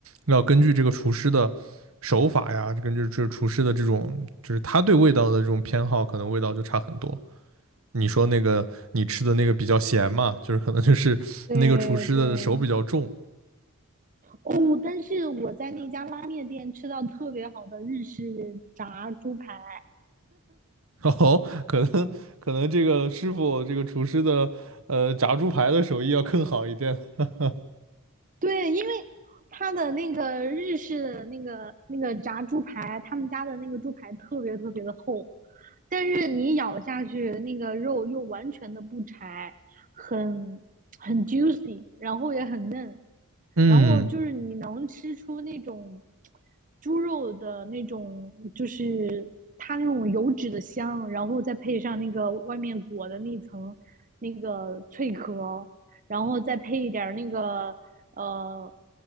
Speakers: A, on the right; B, on the right.
A: 要根据这个厨师的。手法呀，这跟这这厨师的这种，就是他对味道的这种偏好，可能味道就差很多。你说那个你吃的那个比较咸嘛，就是可能就是那个厨师的手比较重，
B: 对对哦，但是我在那家拉面店吃到特别好的日式炸猪排。
A: 然后可能可能这个师傅这个厨师的呃炸猪排的手艺要更好一点。<laughs>
B: 对，因为他的那个日式的那个那个炸猪排，他们家的那个猪排特别特别的厚，但是你咬下去，那个肉又完全的不柴，很很 juicy，然后也很嫩，
A: 嗯，
B: 然后就是你能吃出那种猪肉的那种，就是它那种油脂的香，然后再配上那个外面裹的那层那个脆壳，然后再配一点那个呃